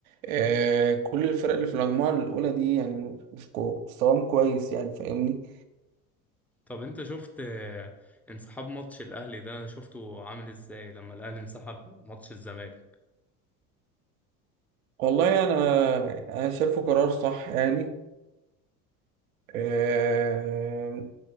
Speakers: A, on the right (about 65°); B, in the centre.
A: آه، كل الفرق اللي في المجموعة الأولى دي يعني مستواهم كويس يعني فاهمني
B: طب انت شفت آه، انسحاب ماتش الاهلي ده شفته عامل ازاي لما الاهلي انسحب من ماتش الزمالك
A: والله انا انا شايفه قرار صح يعني آه،